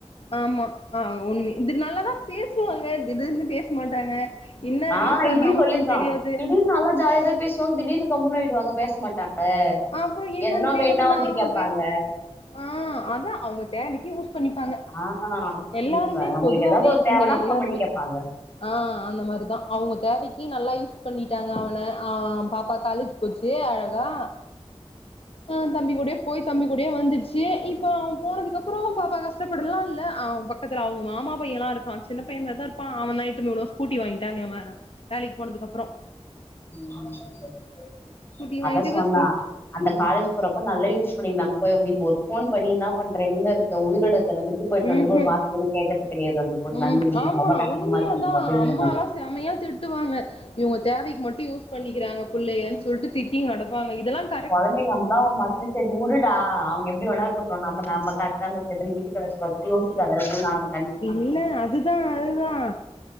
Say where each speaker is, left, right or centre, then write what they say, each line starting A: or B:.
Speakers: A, on the left; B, on the left.
A: ஆமா ஆ உண்மே இது நல்லாதா பேஸ்வாங்க திடுனு பேஸ் மாட்டாங்க என்ன
B: ஆ
A: ரீசன்
B: இத்யு
A: நமக்கு
B: சொல்லிர்க்கா
A: தெரியாது
B: திடீனு நல்லா ஜாலிதக் பேஸ்வாங் திடீர்னு கம்முன்னு ஆய்டுவாங்க பேஸ் மாட்டாங்க
A: அப்றோ என்னன்
B: எதனா
A: தெரியாது
B: வேணுனா
A: அப்ற
B: வந்து
A: நாங்ளு
B: கேப்பாங்க
A: பேஸ் ஆ அதா அவங்க தேடிக்கி யூஸ் பண்ணிப்பாங்க
B: ஆ அனு சொல்லிருக்காக்
A: எல்லாருமே
B: உங்களுக்கு
A: பொதுவாவே
B: ஏதாவது தேவனா
A: இங்க
B: ஃபோன்
A: எல்லாருமே
B: பண்ணி கேப்பாங்க
A: ஆ அந்த மாரிதா அவங்க தேவைக்கி நல்லா யூஸ் பண்ணிட்டாங்க அவன ஆ பாப்பா காலேஜ் பொச்சே அழகா ஆ தம்பி கூடயே போய் தம்பி கூடயே வந்துர்ச்சி இப்போ அவன் போனதுக்கு அப்றோ பாப்பா கஷ்டப்படலா இல்ல அவ் பக் க்கத்துல அவங்க மாமா பையல்லா இருக்கா சின்ன பையன்மார்தா இருப்பா அவன் நைட்டு நுலோ ஸ்கூட்டி வாங்கிட்டாங்க இவன் வேற வேலிக்கு போனதுக்கப்றோ
B: ம் ம்
A: ஸ்கூட்டி வாங்கிட்டு
B: அத சொன்னா
A: இப்ப ஸ்கூ
B: அந்த
A: ம்
B: காலேஜ் போரப்ப நல்லா யூஸ் பண்ணிந்தாங் ப இந்தி போர் ஃபோன் பண்ணி தா பண்றேங் இங்கருக்க உய்ரோட இக்கற செந்து போய்ட்னு இன்னொர்
A: ம்ஹும்
B: வாசத்து கேக்கற்து கெடியாது அந்த பொண்
A: ம்
B: நந்தின
A: ஆமா
B: ரொம்ப கஷ்டமா
A: உண்மையாதா
B: இருக்குன் அப்பவே
A: அம்மாலா
B: வேணு
A: செமையா திட்டுவாங்க இவங்க தேவைக்கு மட்டு யூஸ் பண்ணிக்கிறாங்க புள்ளையன் சொல்ட்டு திட்டி நடப்பாங்க இதெல்லான்
B: பழனி வந்தா மஸ் தி செரி உடுடா அவங்க எப்டி வேணா இருக்கட்டு நம்ம நாம்ப கரக்டா யோசிது வீட்டுக் அழச்சி வரது யோசிப்பாங்க <unintelligible>
A: இல்ல அதுதா அலுதா